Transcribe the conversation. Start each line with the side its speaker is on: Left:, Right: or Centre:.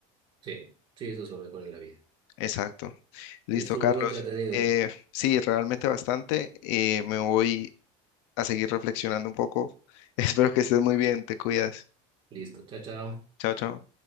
Right: Sí, sí, eso es lo mejor en la vida.
Left: Exacto. Listo,
Right: Pues estuvo
Left: Carlos.
Right: muy entretenido.
Left: Eh, sí, realmente bastante. eh, me voy a seguir reflexionando un poco. <laughs> Espero que estés muy bien, te cuidas.
Right: Listo, chao, chao.
Left: Chao, chao.